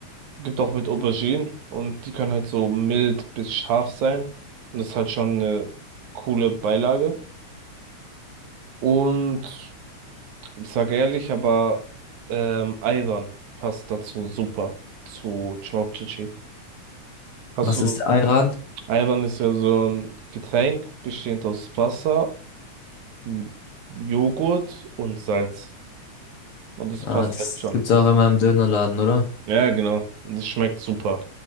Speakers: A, on the right; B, on the left.
A: Gibt auch mit Auberginen und die können halt so mild bis scharf sein. Und das ist halt schon eine coole Beilage. Und ich sage ehrlich, aber ähm, Ayran passt dazu super zu Chopchichi. Hast
B: Was
A: du,
B: ist Ayran?
A: Ayran ist ja so ein Getränk bestehend aus Wasser, M- Joghurt und Salz. Und das
B: Ah,
A: passt
B: das
A: halt schon.
B: gibt's auch immer im Dönerladen, oder?
A: Ja, genau. Und es schmeckt super.